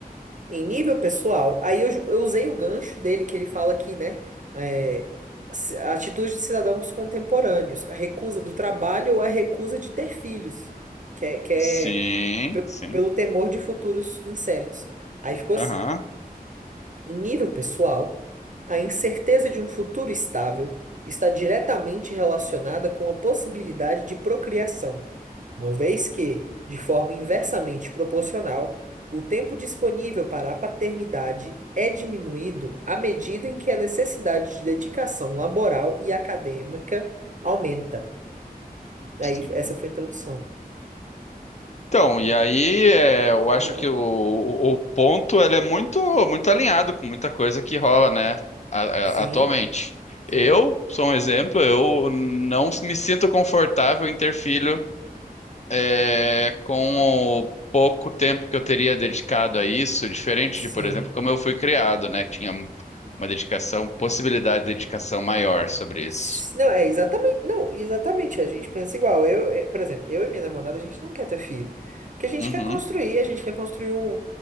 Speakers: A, on the right; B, on the left.
A: Em nível pessoal, aí eu, ju- eu usei o gancho dele, que ele fala que, né, é, ci- a atitude de cidadãos contemporâneos, a recusa do trabalho ou a recusa de ter filhos. Que é, que é
B: Sim,
A: pe-
B: sim.
A: pelo temor de futuros incertos. Aí ficou assim:
B: Aham.
A: em nível pessoal, a incerteza de um futuro estável está diretamente relacionada com a possibilidade de procriação, uma vez que, de forma inversamente proporcional, o tempo disponível para a paternidade é diminuído à medida em que a necessidade de dedicação laboral e acadêmica aumenta. Aí,
B: Sim.
A: essa foi a introdução.
B: Então, e aí é, eu
A: Aham.
B: acho que o, o o ponto ele é muito muito alinhado com muita coisa que rola, né, a- a-
A: Sim,
B: atualmente. Eu
A: sim,
B: sou um exemplo, eu não me sinto confortável em ter filho é, com o pouco tempo que eu teria dedicado a isso, diferente
A: sim.
B: de, por exemplo, como eu fui criado, né, que tinha uma dedicação, possibilidade de dedicação maior sobre isso.
A: S- Não, é exatamente, não, exatamente, a gente pensa igual. Eu, eh, por exemplo, eu e minha namorada, a gente não quer ter filho, porque a gente
B: Uhum.
A: quer construir, a gente quer construir um,